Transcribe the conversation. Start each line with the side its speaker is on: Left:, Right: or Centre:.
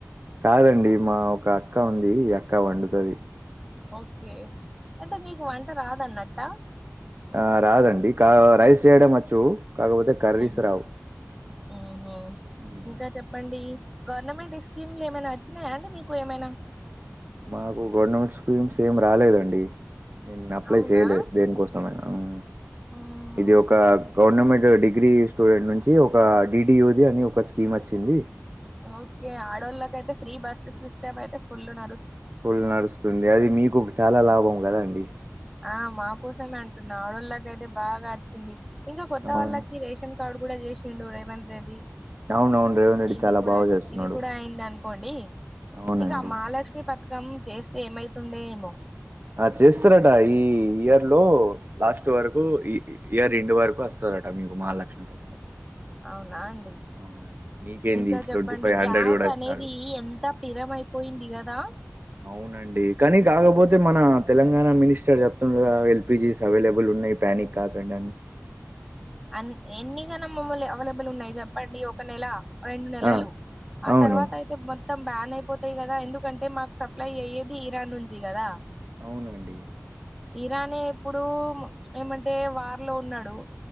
Right: కాదండి మా ఒక అక్క ఉంది అక్క వండుతది
Centre: ఓకే అంటతే మీకు వంట రాదన్నట్ట
Right: ఆ రాదండి కా రైస్ చేయడం వచ్చు కాకపోతే కర్రీస్
Centre: మ్ మ్
Right: రావు
Centre: హు
Right: మ్మ్.
Centre: ఇంకా చెప్పండి గవర్నమెంట్ స్కీమ్లు ఏమైనా వచ్చినాయా అండి మీకు ఏమైనా
Right: నాకు గవర్నమెంట్ స్కీమ్స్ ఏం రాలేదండి నేను అప్లై
Centre: అవునా
Right: చేయలేదు దేనికోసమైనా మ్.
Centre: ఉహు.
Right: ఇది ఒక గవర్నమెంట్ డిగ్రీ స్టూడెంట్ నుంచి ఒక డిడిఓది అని ఒక స్కీమ్ వచ్చింది
Centre: ఓకే ఆడోళ్ళకైతే ఫ్రీ బస్సు సిస్టమ్ అయితే ఫుల్ న
Right: ఫుల్ నడుస్తుంది అది మీకు చాలా లాభం కదాండి
Centre: ఆ మా కోసమే అంటున్నా ఆవిడళ్ళకైతే బాగా వచ్చింది ఇంకా కొత్త
Right: అవును
Centre: వాళ్ళకి రేషన్ కాడు కూడా చేసిండు రేవంత్ రెడ్డి
Right: అవునవును రేవంత్ రెడ్డి
Centre: ఇది
Right: చాలా
Centre: కూడా
Right: బాగా చేస్తున్నాడు
Centre: ఇది కూడా అయింది అనుకోండి
Right: అవునండి
Centre: ఇంకా మహాలక్ష్మి పథకం చేస్తే ఏమైతుందో ఏమో
Right: ఆ చేస్తారట ఈ ఇయర్ లో లాస్ట్ వరకు ఈ ఇయర్ ఎండ్ వరకు వస్తా ట మీకు మహాలక్ష్మి పథకం
Centre: అవునా అం
Right: అవునండి మీకేంది
Centre: ఇంకా చెప్పండి
Right: ట్వంటీ ఫైవ్ హండ్రెడ్
Centre: గ్యాస్
Right: కూడా
Centre: అనేది
Right: ఇస్తాడు
Centre: ఎంత పిరమైపోయింది కదా
Right: అవునండి కానీ కాకపోతే మన తెలంగాణ మినిస్టర్ చెప్తుండుగా ఎల్పిజీస్ అవైలబుల్ ఉన్నాయి ప్యానిక్ కాకండి అని
Centre: అ ఎన్ని గానం మమ్మల్ని అవైలబుల్ ఉన్నాయి చెప్పండి ఒక నెల రెండు నెలలు
Right: ఆ!
Centre: ఆ
Right: అవును.
Centre: తర్వాత అయితే మ బ్యాన్ అయిపోతాయి కదా ఎందుకంటే మాకు సప్లై అయ్యేది ఇరాన్ నుంచి కదా
Right: అవునండి
Centre: ఇరానే ఇప్పుడు ఏమంటే వార్ లో ఉన్నాడు